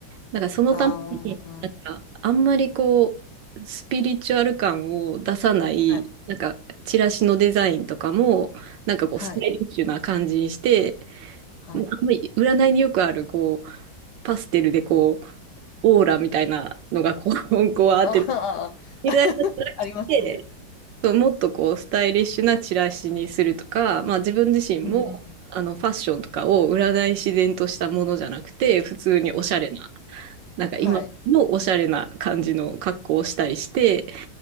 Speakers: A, on the right; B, on the left.
A: だからそのために、
B: ああ、
A: なんかあんまりこう、スピリチュアル感を出さない、
B: はい。
A: なんかチラシのデザインとかも、なんかこう、
B: はい、
A: スタイリッシュな感じにして、
B: はい。
A: まあんまり占いによくある、こう、パステルでこう、オーラみたいなのがこう、<laughs> こうあって、
B: <laughs> ああ、
A: みたいなのじゃなくて、
B: <laughs> ありますね。
A: そう、もっとこうスタイリッシュなチラシにするとか、まあ、自分自身もあのファッションとかを売らない自然としたものじゃなくて普通におしゃれな
B: うん。
A: なんか今のおしゃれな感じの格好をしたりして
B: はい。